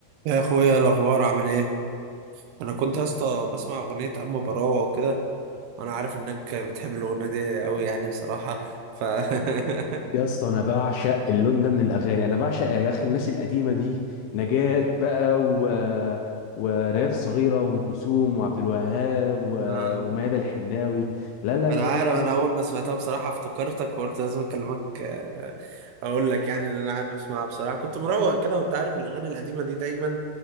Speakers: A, on the right (about 80°); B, on the left (about 80°).
A: يا اخويا إيه الاخبار عامل ايه انا كنت يا اسطى بسمع اغنيه اما براوه وكده وانا عارف انك بتحب الاغنيه دي قوي يعني بصراحه ف <laughs>
B: يا اسطى انا بعشق اللون ده من الاغاني انا بعشق يا اخي الناس القديمه دي نجاة بقى و... ونجاة الصغيره وام كلثوم وعبد الوهاب و...
A: آه،
B: وميادة الحناوي لا لا
A: انا
B: لا
A: عارف
B: لا
A: انا
B: لا
A: اول ما سمعتها بصراحه افتكرتك وقلت لازم اكلمك آه، اقول لك يعني ان انا قاعد بسمعها بصراحه كنت مروق كده وانت عارف الاغاني القديمه دي دايما